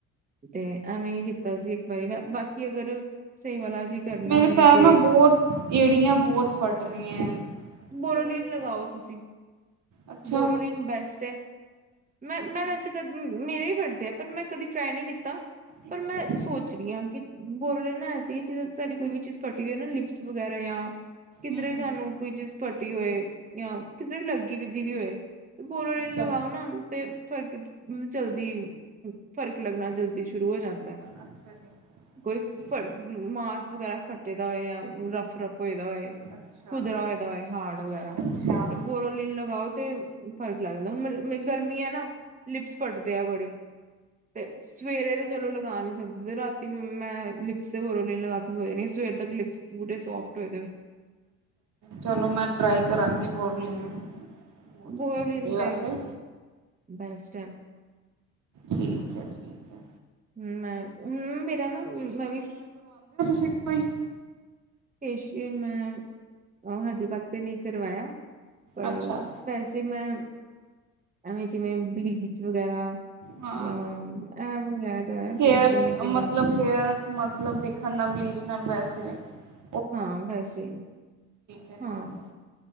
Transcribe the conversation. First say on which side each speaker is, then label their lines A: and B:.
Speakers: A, on the right; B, on the right.
A: ਤੇ ਐਵੇਂ ਹੀ ਕੀਤਾ ਸੀ। ਪਏਗਾ, ਬਾਕੀ ਅਗਰ ਸਹੀ ਵਾਲਾ ਅਸੀਂ ਕਰਨਾ
B: ਮੇਰੇ
A: ਹੋਏ
B: ਪੈਰ
A: ਤੇ
B: ਨਾ ਬਹੁਤ ਏੜੀਆਂ ਬਹੁਤ ਫਟ ਰਹੀਆਂ ਹੈ
A: ਬੋਰੋਲੀਨ
B: ਤੇ ਉਹਦੇ
A: ਲਗਾਓ ਤੁਸੀਂ।
B: ਅੱਛਾ
A: ਬੋਰੋਲੀਨ ਬੈਸਟ ਹੈ। ਮੈਂ-ਮੈਂ
B: ਅੱਛਾ
A: ਵੈਸੇ ਕ ਮੇਰੇ ਵੀ ਫਟਦੇ ਏ ਪਰ ਮੈਂ ਕਦੀ ਟਰਾਈ ਨਹੀਂ ਕੀਤਾ। ਪਰ
B: ਅੱਛਾ
A: ਮੈਂ
B: ਜੀ
A: ਸੋਚ ਰਹੀ ਹਾਂ ਕਿ ਬੋਰਲੀਨ ਨਾ ਅਸੀਂ <unintelligible> ਜ ਸਾਡੀ ਕੋਈ ਵੀ ਚੀ <unintelligible> ਫਟੀ ਏ ਨਾ ਲਿਪਸ ਵਗੈਰਾ ਜਾਂ ਕਿਧਰੇ
B: ਹੂੰ ਹੂੰ
A: ਸਾਨੂੰ ਕੋਈ ਚੀਜ਼ ਫ <unintelligible> ਹੋਏ ਜਾਂ ਕਿਤੇ ਵੀ ਲੱਗੀ ਵੀਦੀ ਵੀ ਹੋਏ ਬੋਰੋ
B: ਅੱਛਾ
A: ਲਗਾਓ ਨਾ ਤੇ ਫਰਕ ਚਲਦੀ ਫ਼ਰਕ ਲੱਗਨਾ ਜਲਦੀ ਸ਼ੁਰੂ ਹੋ ਜਾਂਦਾ
B: ਅੱਛਾ ਜੀ
A: ਕੋਈ ਫ
B: ਸਹੀ
A: ਮਾਸ ਵਗੈਰਾ ਫੱਟੇ ਜਾਂ ਰਫ ਰੱਫ ਹੋਏ ਦਾ ਹੋਏ
B: ਅੱਛਾ
A: ਖੁਦਰਾ ਹੋਏ ਦਾ ਹੋਏ ਹਾਰਡ ਵਗੈਰਾ
B: ਅੱਛਾ
A: ਤੇ ਬੋਰੋ ਲਨ ਲਗਾਓ ਤੇ ਫਰਕ ਲੱਗ ਜਾਂਦਾ ਹੁਣ ਗਰਮੀ ਆ ਨਾ ਲਿਪਸ ਫਟਦੇ ਆ ਬੜੇ <unintelligible> ਤੇ ਸਵੇਰੇ ਤੇ ਚਲੋ ਲਗਾ ਨੀ ਸਕਦੇ ਤੇ ਰਾਤੀ ਮੈਂ ਲਿਪਸ ਦੇ ਬੋਰੋਂਲੀਨ ਲਈ ਲਗਾ ਕੇ ਸੋਚਣੀ ਸਵੇਰੇ ਤੱਕ ਲਿਪਸ ਪੂਰੇ ਸੋਫਟ ਹੋ
B: ਚਲੋ ਮੈਂ ਟਰਾਈ ਕਰਾਂਗੀ ਬੋਰਲੀਨ ਬਹੁਤ
A: ਬੋਰੋਲੀਨ
B: ਅੱਛੇ ਹੁੰਦੇ
A: ਤੇ
B: ਵੈਸੇ
A: ਬਸਟ ਹੈ
B: ਠੀਕ ਹੈ ਠੀਕ ਹੈ
A: ਹਮ ਮੈਂ ਹਮ ਮੇਰਾ ਨਾ ਮੈਂ ਵੀ
B: ਸਿੱਖਈ <unintelligible>
A: ਫੇਸ਼ੀਅਲ ਮੈਂ ਹਜੇ ਤੱਕ ਤੇ ਨਹੀਂ ਕਰਵਾਇਆ ਪਰ
B: ਅੱਛਾ
A: ਵੈਸੇ ਮੈਂ ਐਵੇਂ ਜਿਵੇਂ ਬਲੀਚ ਵਗੈਰਾ
B: ਹਾਂ
A: ਜਾਂ ਐ ਵਗੈਰਾ ਕਰਵਾਇਆ
B: ਹੇਅਰਸ
A: ਫੇਸ਼ੀਅਲ ਨਹੀਂ ਕਰਵਾਇਆ
B: ਮਤਲਬ ਹੇਅਰਸ ਮਤਲਬ ਦਿਖਣ ਨਾ ਬਲੀਚ ਨਾਲੱਲ ਵੈ ਸੀ <unintelligible>
A: ਹਾਂ ਵੈਸੇ
B: ਹੈ
A: ਹਾਂ
B: ਠੀਕ ਹੈ